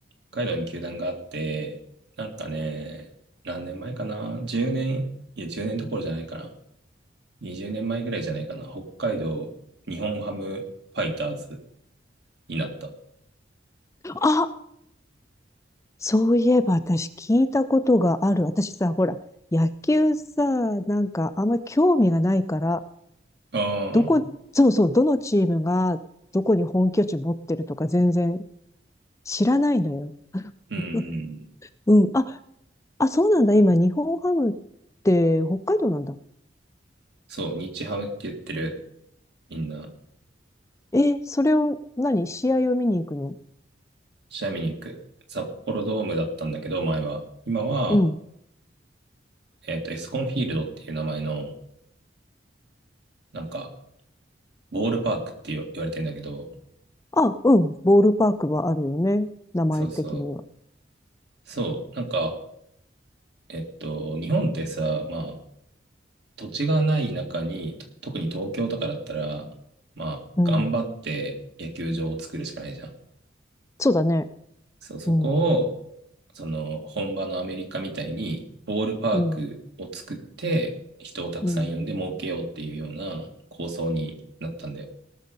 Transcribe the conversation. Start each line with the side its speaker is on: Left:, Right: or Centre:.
Right: 北海道に球団があって、なんかね、何年前かな ?10 年、いや、10年どころじゃないかな。20年前ぐらいじゃないかな。北海道日本ハムファイターズになった。あ
Left: あ、そういえば私聞いたことがある。私さ、ほら、野球さ、なんかあんまり興味がないから、
Right: あ、
Left: どこ、そうそう、どのチームがどこに本拠地持ってるとか全然知らないのよ。
Right: うんう
Left: う
Right: ん。
Left: うん。あ、あ、そうなんだ。今、日本ハムって北海道なんだ。
Right: そう、日ハムって言ってる、みんな。
Left: え、それを、何試合を見に行くの
Right: 試合見に行く。札幌ドームだったんだけど、前は。今は、
Left: うん。
Right: えっと、エスコンフィールドっていう名前の、なんか、ボールパークって言わ言われてんだけど、
Left: あ、うん。ボールパークはあるよね。名前的には。
Right: そうそう。そう、なんか、えっと、日本ってさ、まあ、土地がない中に、と特に東京とかだったら、まあ、
Left: うん。
Right: 頑張って野球場を作るしかないじゃん。
Left: そうだね。
Right: そう、そこを、
Left: うん。
Right: その、本場のアメリカみたいに、ボールパークを作って、
Left: うん。
Right: 人をたくさん呼んで儲けようっていうような構想になったんだよ。
Left: うん。